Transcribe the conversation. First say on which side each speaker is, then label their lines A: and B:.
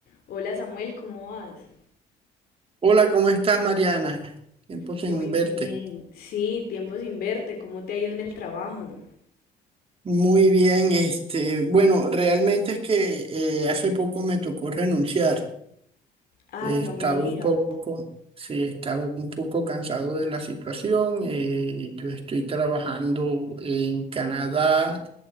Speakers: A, on the left; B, on the right.
A: Hola Samuel, ¿cómo vas?
B: Hola, ¿cómo estás, Mariana? Tiempo sin
A: Muy
B: verte.
A: bien. Sí, tiempo sin verte, ¿cómo te ha ido en el trabajo?
B: Muy bien, este, bueno, realmente es que eh, hace poco me tocó renunciar.
A: Ay,
B: Eh,
A: no
B: estaba
A: me digas.
B: un poco, sí, estaba un poco cansado de la situación. Eh, yo estoy trabajando en Canadá